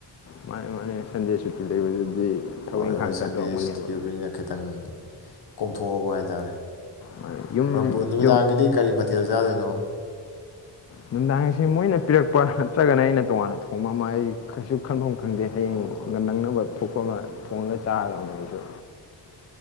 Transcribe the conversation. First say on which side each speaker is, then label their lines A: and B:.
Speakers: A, on the left; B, on the left.
A: ꯃꯥꯅꯦ ꯃꯥꯅꯦ ꯁꯟꯗꯦ ꯁꯨꯇꯤ ꯂꯩꯕꯗꯨꯗꯤ ꯊꯕꯛ
B: ꯍꯣꯏ
A: ꯏꯪꯈꯥꯡ
B: ꯍꯣꯏ
A: ꯈꯔ
B: ꯁꯟꯗꯦ
A: ꯇꯧꯔꯝꯒꯅꯦꯕ
B: ꯁꯨꯇꯤ ꯑꯣꯏꯕꯅꯤꯅ ꯈꯤꯇꯪ ꯀꯣꯝꯊꯣꯛꯑꯕ ꯍꯥꯏ ꯇꯥꯔꯦ
A: ꯃꯥꯅꯦ. ꯌꯨꯝ
B: ꯃꯄꯨ ꯅꯨꯃꯤꯗꯥꯡꯒꯤꯗꯤ
A: ꯌꯨꯝ
B: ꯀꯔꯤ ꯃꯠ ꯊꯦꯜ ꯆꯥꯗꯣꯏꯅꯣ
A: ꯅꯨꯡꯗꯥꯡꯁꯦ ꯃꯣꯏꯅ ꯄꯤꯔꯛꯄ ꯅꯠꯇ꯭ꯔꯒꯅ ꯑꯩꯅ ꯇꯣꯉꯥꯟꯅ ꯊꯣꯡꯕ ꯑꯃ ꯑꯩ ꯀꯩꯁꯨ ꯈꯟꯐꯝ ꯈꯪꯗꯦ ꯍꯌꯦꯡ
B: ꯑꯣ
A: ꯉꯟꯅ ꯅꯪꯅꯕ ꯊꯣꯛ ꯊꯣꯛꯄ ꯑꯃ ꯊꯣꯡꯉꯒ ꯆꯥꯒꯗꯧꯅꯦ ꯑꯩꯁꯨ꯫